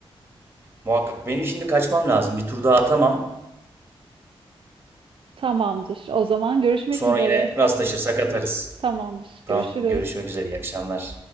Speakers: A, on the right; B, on the right.
A: Muhakkak benim şimdi kaçmam lazım. Bir tur daha atamam.
B: Tamamdır. O zaman görüşmek
A: Sonra
B: üzere.
A: yine rastlaşırsak atarız.
B: Tamamdır.
A: Tamam
B: Görüşürüz.
A: görüşmek üzere iyi akşamlar.